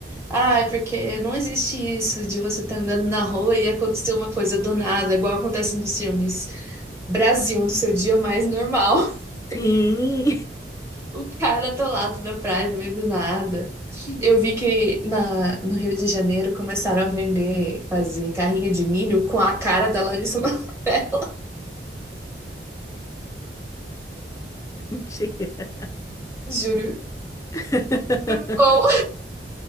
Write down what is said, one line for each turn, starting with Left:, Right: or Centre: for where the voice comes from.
Right: Ai, porque não existe isso de você estar andando na rua e acontecer uma coisa do nada, igual acontece nos filmes. Brasil, no seu dia mais normal. <laughs>
Left: sim.
Right: Um cara atolado na praia, no meio do nada. Eu vi que na, no Rio de Janeiro começaram a vender, fazer carrinho de milho com a cara da Larissa Manoela.
Left: <laughs> Mentira.
Right: <laughs> Juro.
Left: <laughs>
Right: Bom.